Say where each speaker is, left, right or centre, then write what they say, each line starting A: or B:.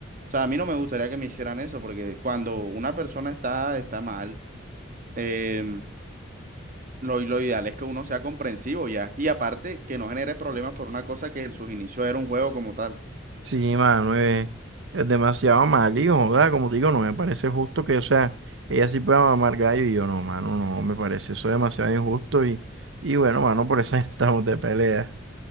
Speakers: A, on the right; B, on the right.
A: sea, a mí no me gustaría que me hicieran eso, porque cuando una persona está, está mal. em, lo, lo ideal es que uno sea comprensivo ya. Y aparte, que no genere problemas por una cosa que en sus inicios era un juego como tal.
B: Sí, mano, eh, es demasiado mal, hijo, joda, Como te digo, no me parece justo que, o sea, ella sí pueda mamar gallo y yo no, mano, no, me parece eso demasiado injusto y, y bueno, mano, por eso <laughs> estamos de pelea.